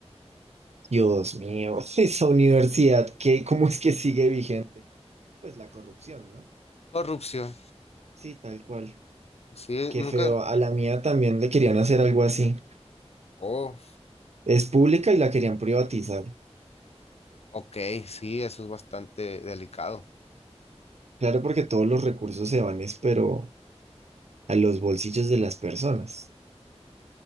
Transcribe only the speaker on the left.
Corrupción.
Sí,
nunca.
Oh,
ok, sí, eso es bastante delicado.